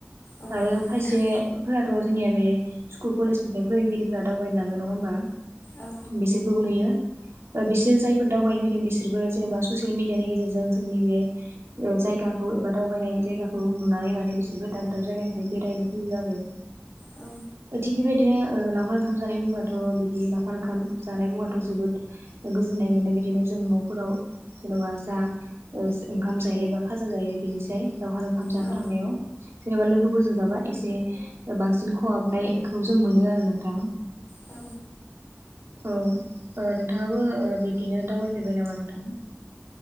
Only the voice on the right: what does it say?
आरो
खायसेफोराथ' जोंनिया बे स्कुल कलेजनिफ्राय फोरोंगिरिफोरा दावबायनो लाांगोन नङा होमबा
बिसोरखौबो नुयो ओ बिसोर जायफोर दावबायनो फैदों बिसोरबो जेनबा ससियेल मिडियानि गेजेरजों जोंनि बे ओ जायगाखौ एबा दावबायनाय जायगाखौ नुनानै माने बिसोरबो दाब दाब जायगानिफ्राय बेरायनो फैयो आरो
थिग बेबायदिनो ओ लावखार ओंखाम जानाय बुंबाथ' बिदि लावखार ओंखाम जानाय बुङाथ' जोबोद गोजोनो गुजुनाय मोनो बिदिनो जों न'फोराव जेन'बा जा ओंखाम जायो बा खाजा जायो बेनिसाय लावखार ओंखाम जानो
थांनायाव जेनेबा लोगोफोरजों जाबा एसे बांसिन खहाबनायखौ जों मोनो आरो नोंथां
औ ओ नोंथाङाबो ओ बिब्दिनो दावबायफेरबाय नामा नोंथां